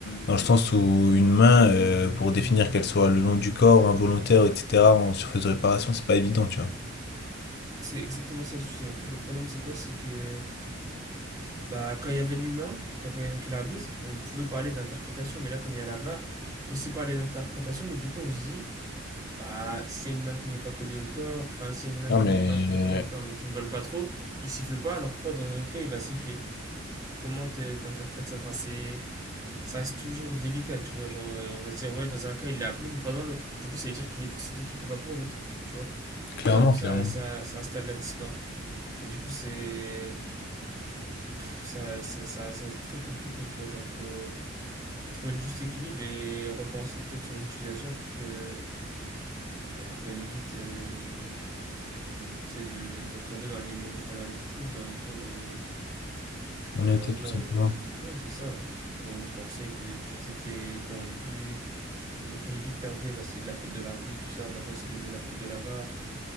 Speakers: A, on the left; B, on the right.
A: dans le sens où une main, euh, pour définir qu'elle soit le long du corps, involontaire, etc., en surface de réparation, c'est pas évident, tu vois.
B: C'est exactement ça le souci. En fait, le problème, c'est quoi C'est que bah, quand il y avait l'humain, enfin, quand il y avait que l'arbitre, on pouvait parler d'interprétation, mais là, comme il y a la VAR, il faut aussi parler d'interprétation, mais du coup, on se dit, bah, s'il y a une main qui n'est pas collée au corps, enfin, s'il y a une main
A: Non,
B: qui
A: mais
B: n'est pas très collée au corps, mais qui ne vole pas trop, il siffle pas, alors pourquoi dans un autre cas, il va siffler Comment t'interprètes ça Enfin, c'est. Ça reste toujours délicat, tu vois. Genre, euh, on va se dire, ouais, dans un cas, il l'a appelé, mais pas dans l'autre. Du coup, ça veut dire qu'il est pour cette équipe et pas pour l'autre, tu vois.
A: clairement,
B: Et hop, ça,
A: clairement.
B: ça, ça installe la discorde. Enfin, Du coup, c'est pff, ça, ça, ça, reste très compliqué, tu vois, genre faut, faut trouver le juste équilibre et repenser peut-être son utilisation pour que bah, pour qu'elle évite euh, tu sais, de, de retomber dans les mauvais travers du foot dans lesquels on
A: On
B: malheureusement
A: était tout simplement.
B: on ouais c'est ça où on pensait que tout était corrompu et dès qu'une équipe perdait bah, c'est de la faute de l'arbitre tout ça maintenant c'est devenu la faute de la VAR